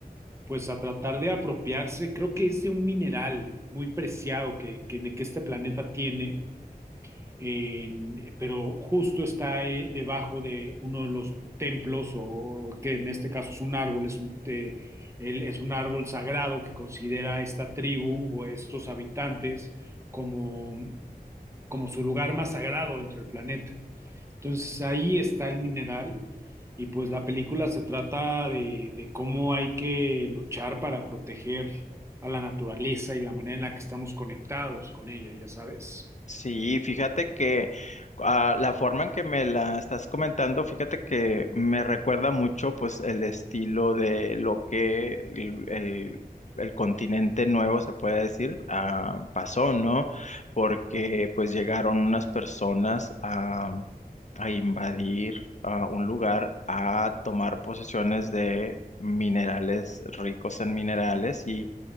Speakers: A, on the right; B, on the left.
A: pues a tratar de apropiarse, creo que es de un mineral muy preciado que, que, que este planeta tiene, en- pero justo está eh, debajo de uno de los templos, o que en este caso es un árbol, es un, te- el- es un árbol sagrado que considera esta tribu o estos habitantes como, como su lugar más sagrado dentro del planeta. Entonces ahí está el mineral y pues la película se trata de, de cómo hay que luchar para proteger a la naturaleza y la manera en la que estamos conectados con ella, ya sabes.
B: Sí, fíjate que ah, la forma en que me la estás comentando, fíjate que me recuerda mucho pues el estilo de lo que el, el- el continente nuevo se puede decir ah, pasó, ¿no? Porque pues llegaron unas personas a, a invadir ah, un lugar, a tomar posesiones de minerales, ricos en minerales y